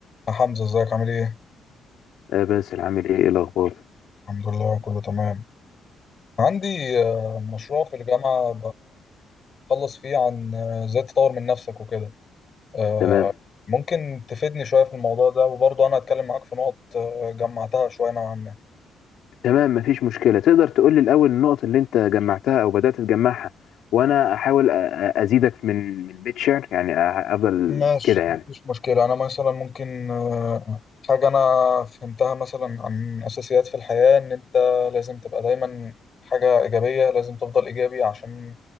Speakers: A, on the left (about 40°); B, on the left (about 75°).
A: يا حمزة ازيك عامل ايه؟
B: آه باسل عامل ايه ايه الاخبار
A: الحمد لله كله تمام عندي آه، مشروع في الجامعة بخلص فيه عن آه، ازاي تطور من نفسك وكده آه،
B: تمام
A: ممكن تفيدني شوية في الموضوع ده وبرضه انا هتكلم معاك في نقط آه، جمعتها شوية نوعا ما
B: تمام مفيش مشكله تقدر تقول لي الاول النقط اللي انت جمعتها او بدات تجمعها وانا احاول أ- أ- ازيدك من من بيت شعر يعني أ- افضل
A: ماشي
B: كده يعني
A: مفيش مشكلة أنا مثلا ممكن آه، حاجة أنا فهمتها مثلا عن أساسيات في الحياة إن أنت لازم تبقى دايما حاجة إيجابية لازم تفضل إيجابي عشان